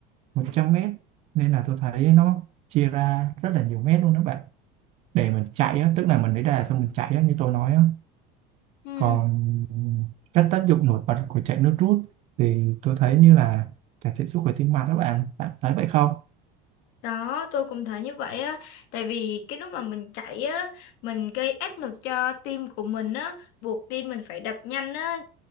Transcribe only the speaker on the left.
Ừ.
Đó, tôi cũng thấy như vậy á, tại vì cái lúc mà mình chạy á, mình gây áp lực cho tim của mình á, buộc tim mình phải đập nhanh á,